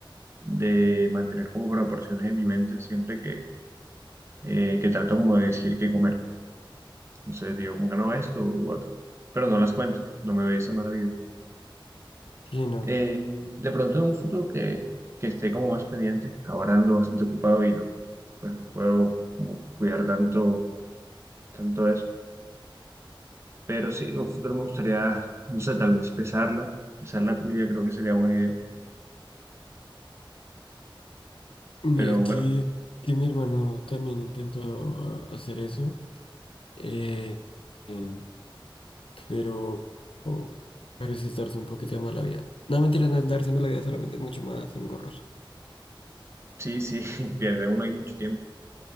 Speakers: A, on the right; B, on the left.
A: de mantener como proporciones en mi mente siempre que eh, que trato como de decir qué comer. Entonces digo, como que no, esto u otro. Pero no las cuento, no me doy esa mala vida.
B: Sí, no.
A: Eh, de pronto en un futuro que, que esté como más pendiente, ahora ando bastante ocupado y no, pues no puedo como cuidar tanto, tanto eso. Pero sí, en un futuro me gustaría, no sé, tal vez pesarla, pesar la comida creo que sería buena idea.
B: Mira
A: Pero bueno,
B: que, que mi hermano también intentó a- hacer eso, eh, em, pero, pero sí es darse un poquito de mala vida. No, mentira, no es darse mala vida, solamente es mucho más engorroso.
A: sí, sí, <laughs> pierde uno ahí mucho tiempo.